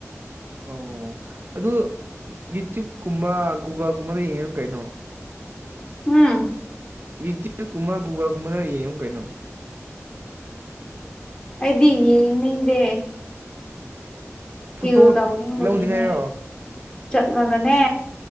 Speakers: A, on the right; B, on the left.
A: ꯑꯣ ꯑꯗꯨ ꯌꯨꯇ꯭ꯨꯞꯀꯨꯝꯕ ꯒꯣꯒꯜꯒꯨꯝꯕꯗ ꯌꯦꯡꯉꯣ ꯀꯩꯅꯣ
B: ꯎꯝ
A: ꯌꯨꯇꯨꯞ ꯀꯨꯝꯒ ꯀꯨꯒꯥꯜꯒꯨꯝꯕꯗ ꯌꯦꯡꯉꯨ ꯀꯩꯅꯣ
B: ꯑꯩꯗꯤ ꯌꯦꯡꯅꯤꯡꯗꯦ ꯁꯤꯜ
A: ꯐꯣꯇꯣ
B: ꯇꯥꯎꯅꯤꯡꯕꯒꯤꯅꯦ
A: ꯂꯧꯅꯤꯡꯉꯥꯏꯔꯣ
B: ꯆꯠꯂꯒꯅꯦ